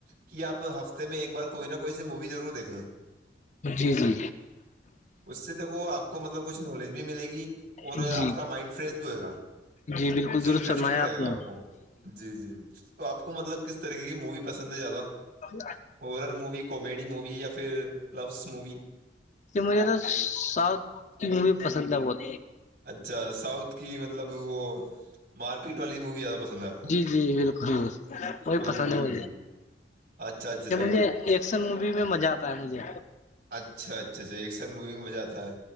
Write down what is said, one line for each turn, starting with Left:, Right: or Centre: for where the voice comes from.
Right: کہ آپ ہفتے میں ایک بار کوئی نہ کوئی سی مووی ضرور دیکھیں
Left: جی جی
Right: اس سے دیکھو آپ کو مطلب کچھ نالج بھی ملے گی اور
Left: جی
Right: آپ کا مائنڈ فریش بھی ہوئے گا
Left: جی بالکل
Right: کچھ
Left: درست
Right: انٹرسٹنگ
Left: فرمایا
Right: لگے گا
Left: نے
Right: آپ کو جی جی تو آپ کو مطلب کس طریقے کی مووی پسند ہے زیادہ
Left: تو
Right: ہور موی کومیڈی موی یا پھر لوس موی
Left: کہ مجھے تو سؤتھ کی مووی پسند ہے بہت
Right: اچھا ساؤتھ کی مطلب وہ مارپیٹ والی مووی ہے پسند آپ کو
Left: جی جی بالکل وہی
Right: بالکل
Left: پسند ہے م
Right: بالکل اچھا اچھاھا
Left: مج ایکشن مووی میں مزہ آتا ہے مجھے
Right: اچھا اچھا اچھا ایکشن مووی میں مزہ آتا ہے